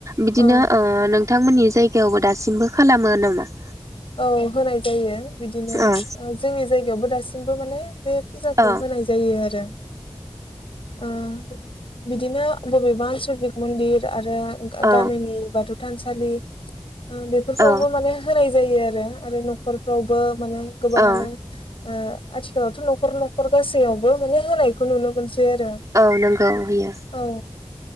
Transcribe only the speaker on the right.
बिदिनो
ओ नोंथांमोननि जायगायावबो दासिमबो खालामो नामा?
ओ
औ
औ
औ
औ
औ नंगौ होयो।